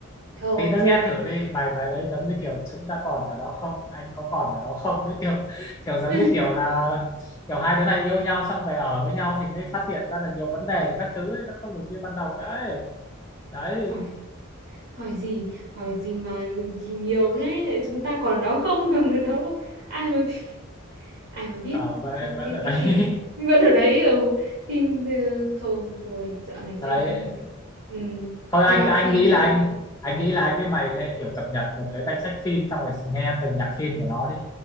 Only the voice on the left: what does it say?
Tí nữa
nghe thử đi, bài bài đấy giống như kiểu chúng ta còn ở đó không? Anh có còn ở đó không? Đấy kiểu kiểu giống
như kiểu là kiểu hai đứa này yêu nhau xong về ở với nhau thì mới phát hiện ra là nhiều vấn đề thì các thứ ấy, nó không được như ban đầu nữa ấy. đấy
ở về
vẫn
ở
đấy
<laughs>
đấy
thôi
anh
anh
nghĩ
là
anh anh nghĩ là anh với mày lên kiểu cập nhật một cái danh sách phim xong rồi nghe từng nhạc phim của nó đi